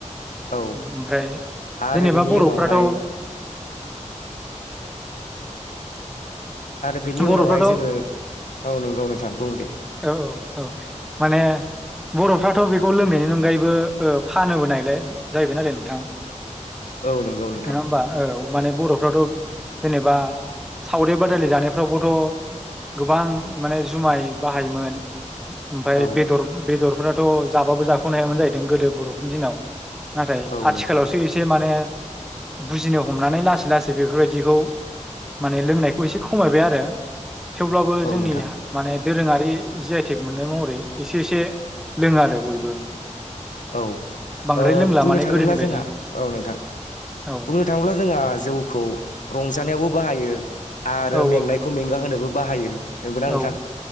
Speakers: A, on the left (about 80°); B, in the centre.
A: औ
B: ओमफ्राय
A: आरो
B: जेनेबा
A: बिनि
B: बर'फोराथ
A: उनावहाय
B: ओं
A: आरो बिनि
B: बर'फ्राथ'
A: उनावहाय
B: औ
A: जोङो गाव नों गावनो सां बुं दे
B: औ औ औ माने बर'फ्राथ बेखौ लोंनायनि अनगायैबो फानोबो नायलाय जाहैबाय नालाय नोंथां
A: औ नंगौ नोंथां
B: नङा होमबा औ माने बर'फोराथ जेनेबा सावरि बादायलि जानायफ्रावबोथ गोबां माने जुमाय बाहायोमोन ओमफ्राय
A: औ
B: बे बे फोरथ' जाबाबो जाख'नो हायामोन जाहैदों गोदो बर'फोरनि दिनाव नाथाय
A: औ
B: आथिखालावसो
A: नंगौ
B: एसे माने बुजिनो हमनानै लासै लासै बेफोरबायदिखौ माने लोंनायखौ एसे खमायबाय आरो थेवब्लाबो
A: औ
B: जोंनि
A: नोंथां
B: माने दोरोङारि जि आइटेक मोननाय महरै एसे एसे लोङो आरो बयबो।
A: औ
B: बांद्राय
A: ओ
B: लोंला
A: बुंनो
B: माने
A: थाङोब्ला
B: गोदोनि बायदि
A: जोंहा औ नोंथां।
B: औ
A: बुंनो थाङोब्ला जोंहा जौखौ रंजानायावबो बाहायो। आरो
B: औ
A: मेंनायखौ
B: औ
A: मेंगा होनोबो बाहायो। नंगौना नोंथां
B: औ